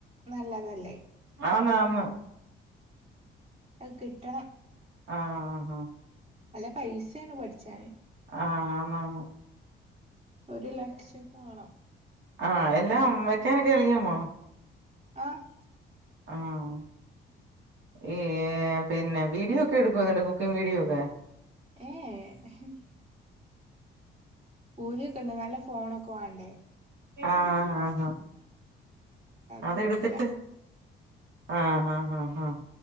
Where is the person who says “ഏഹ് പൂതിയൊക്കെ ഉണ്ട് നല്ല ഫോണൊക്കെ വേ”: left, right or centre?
Right